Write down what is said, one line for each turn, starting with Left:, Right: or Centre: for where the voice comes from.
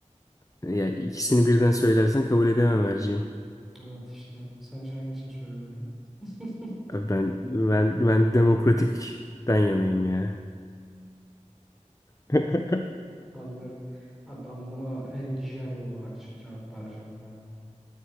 Left: Ya ikisini birden söylersen kabul edemem Erciğim.
Centre: Evet işte. Sence hangisini söylemeliyim? <laughs>
Left: Abi Ben ben ben demokratikten yanayım ya. <laughs>
Centre: Anlıyorum. Abi ben buna e, Nijerya olarak ce- cevap vereceğim ya.